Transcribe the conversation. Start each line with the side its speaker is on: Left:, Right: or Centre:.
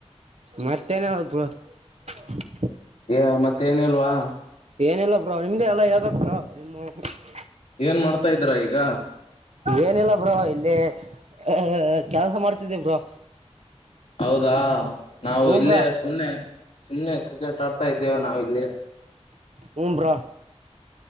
Right: ಮತ್ತೇನಿಲ್ಲ ಬ್ರೋ <inaudible>
Left: ಹೇ ಮತ್ತ್ ತೇನೂ ಇಲ್ವಾ.
Right: ಏನೆಲ್ಲಲ್ಲ ಬ್ರೋ ನಿಮ್ದ ಎಲ್ಲಾ ಹೇಳ್ಬೇಕ್ <unintelligible>
Left: ಏನ್ ಮಾಡ್ತಾ ಇದ್ರ ಈಗ.
Right: ಏನಿಲ್ಲ ಬ್ರೋ ಇಲ್ಲಿ ಅ ಕೆಲ್ಸ ಮಾಡ್ತಿದ್ದೇ ಬ್ರೋ.
Left: ಹೌದಾ. ನಾವು
Right: ಹ್ಞೂ
Left: ಇಲ್ಲೇ
Right: ಬ್ರೋ
Left: ಸುಮ್ನೆ ಸುಮ್ನೆ. ಕ್ರಿಕೆಟ್ ಆಡ್ತಾ ಇದ್ದೇವೆ ನಾವ ಇಲ್ಲಿ.
Right: ಹುನ್ ಬ್ರೋ.